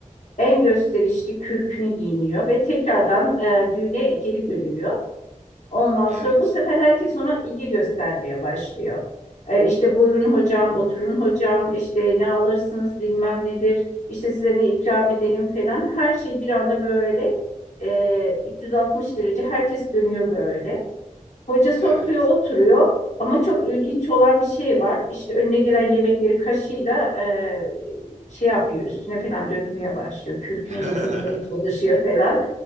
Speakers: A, on the left; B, on the right.
A: En gösterişli kürkünü giyiniyor ve tekrardan e, düğüne geri dönüyor. Ondan
B: Evet.
A: sonra bu sefer herkes ona ilgi göstermeye başlıyor. E, işte buyurun hocam, oturun hocam, işte ne alırsınız bilmem nedir, işte size ne ikram edelim falan. Her şey bir anda böyle e, 360 derece herkes dönüyor böyle. Hoca sofraya
B: Evet.
A: oturuyor ama çok ilginç olan bir şey var. İşte önüne gelen yemekleri kaşıyla e, şey yapıyor, üstüne falan dökmeye başlıyor. Kürküne
B: <laughs>
A: yedirmeye çalışıyor falan.